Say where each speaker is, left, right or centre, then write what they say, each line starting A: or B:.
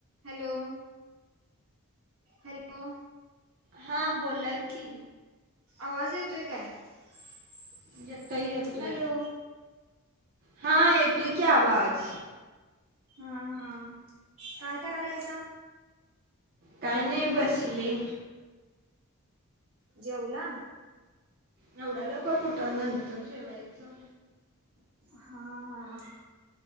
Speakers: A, on the right (about 75°); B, on the right (about 40°).
A: Hello. Hello.
B: हा बोला की.
A: आवाज येतोय काय? <inaudible>
B: येतोय येतोय,
A: हॅलो
B: हा येतोय की आवाज.
A: हा हा, काय करायलासा?
B: काही नही बसली.
A: जेवला?
B: एवढ्या लवकर कुठं? नंतर जेवायचं.
A: हा हां